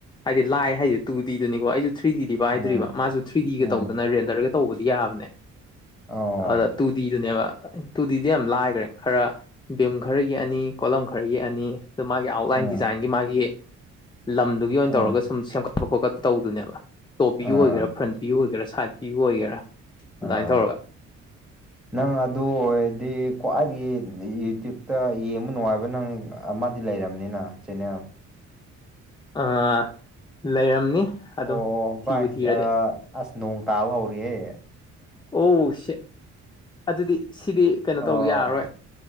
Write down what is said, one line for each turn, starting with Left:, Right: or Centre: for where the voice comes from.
Left: ꯍꯥꯏꯗꯤ ꯂꯥꯏ ꯍꯥꯏꯁꯤ ꯇꯨꯗꯤꯗꯅꯤꯀꯣ ꯑꯩꯁꯨ ꯊ꯭ꯔꯤ ꯗꯤ ꯄꯥꯏꯗ꯭ꯔꯤꯕ
Centre: ꯑꯥ
Left: ꯃꯥꯁꯨ ꯊ꯭ꯔꯤ ꯗꯤꯒ
Centre: ꯑꯥ
Left: ꯇꯧꯗꯅ ꯔꯦꯟꯗꯔꯒ ꯇꯧꯕꯗꯤ ꯌꯥꯕꯅꯦ
Centre: ꯑꯣ
Left: ꯑꯗꯨꯗ ꯇꯨ ꯗꯤꯗꯨꯅꯦꯕ ꯇꯨ ꯗꯤ ꯌꯥꯝ ꯂꯥꯏꯈ꯭ꯔꯦ ꯈꯔ ꯚꯤꯝ ꯈꯔꯒꯤ ꯑꯅꯤ ꯀꯣꯂꯝ ꯈꯔꯒꯤ ꯑꯅꯤ ꯑ ꯃꯥꯒꯤ ꯑꯥꯎꯠꯂꯥꯏꯟ
Centre: ꯑꯥ
Left: ꯗꯤꯖꯥꯏꯟꯒꯤ ꯃꯥꯒꯤ ꯂꯝꯗꯨꯒꯤ ꯑꯣꯏꯅ
Centre: ꯑꯥ
Left: ꯇꯧꯔꯒ ꯁꯨꯝ ꯁꯦꯝꯒꯠꯄ ꯈꯣꯠꯀꯠꯄ ꯇꯧꯕꯗꯨꯅꯦꯕ ꯇꯣꯞ ꯚꯌꯨ
Centre: ꯑꯥ
Left: ꯑꯣꯏꯒꯦꯔꯥ ꯐ꯭ꯔꯟ ꯚꯌꯨꯒꯦꯔ ꯁꯥꯏꯠ ꯚꯌꯨ ꯑꯣꯏꯒꯦꯔꯥ ꯑꯗꯨꯃꯥꯏꯅ
Centre: ꯑꯥ
Left: ꯇꯧꯔꯒ
Centre: ꯅꯪ ꯑꯗꯨ ꯑꯣꯏꯔꯗꯤ ꯈ꯭ꯋꯥꯏꯗꯒꯤ ꯌꯨꯇ꯭ꯌꯨꯕꯇ ꯌꯦꯡꯕ ꯅꯨꯡꯉꯥꯏꯕ ꯅꯪ ꯑꯃꯗꯤ ꯂꯩꯔꯕꯅꯤꯅ ꯆꯦꯅꯦꯜ
Left: ꯑꯥ ꯂꯩꯔꯝꯅꯤ ꯑꯗꯨꯝ
Centre: ꯑꯣ
Left: ꯊꯤꯕꯨ
Centre: ꯚꯥꯏ
Left: ꯊꯤꯔꯗꯤ
Centre: ꯑꯁ ꯅꯣꯡ ꯇꯥꯕ ꯍꯧꯔꯛꯑꯦ
Left: ꯑꯣ ꯁꯦꯠ ꯑꯗꯨꯗꯤ ꯁꯤꯗꯤ ꯀꯩꯅꯣ
Centre: ꯑꯣ
Left: ꯇꯧꯕ ꯌꯥꯔꯔꯣꯏ